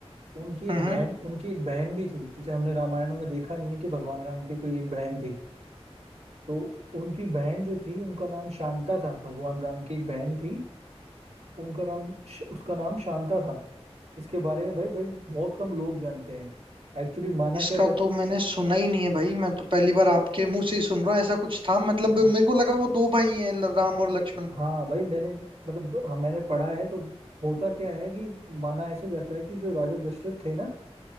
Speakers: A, on the right; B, on the right.
A: उनकी एक
B: हम्म,
A: बहन उनकी एक बहन भी थी जिसे हमने रामायणों में देखा नहीं है कि भगवान राम की कोई एक बहन थी तो उनकी बहन जो थी उनका नाम शांता था भगवान राम की एक बहन थी उनका नाम उसका नाम शांता था इसके बारे में भाई भाई बहुत कम लोग जानते हैं एक्चुअली माना
B: इसका
A: क्या जाता
B: तो मैंने सुना ही नहीं है भाई मैं तो पहली बार आपके मुंह से ही सुन रहा हूँ ऐसा कुछ था मतलब
A: हाँ
B: मेरे को लगा वो दो भाई हैं ल- राम और लक्ष्मण
A: हाँ भाई मैंने मतलब हाँ, मैंने पढ़ा है तो होता क्या है कि माना ऐसे जाता है कि जो राजा दशरथ थे ना